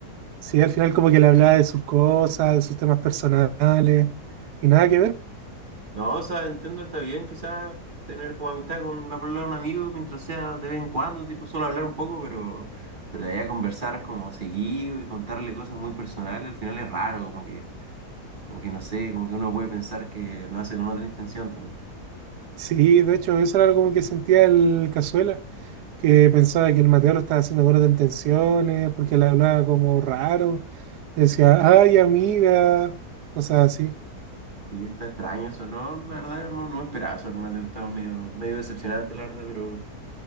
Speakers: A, on the right; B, on the right.
A: Sí, al final como que le hablaba de sus cosas, de sus temas personales y nada que ver.
B: No, o sea, entiendo, está bien quizás tener como amistad con la polola de un amigo mientras sea de vez en cuando, tipo solo hablar un poco, pero, pero de ahí a conversar como seguido y contarle cosas muy personales, al final es raro, como que, como que no sé, como que uno puede pensar que lo hace con otra intención
A: Sí, de hecho, eso era como que sentía el Cazuela. que pensaba que el Mateo lo estaba haciendo gordo en tensiones, porque le hablaba como raro, le decía, ay amiga, cosas así.
B: Sí, está extraño eso, ¿no? La verdad, no, no me esperaba eso, hermano. Estaba medio, medio decepcionante, la verdad, pero,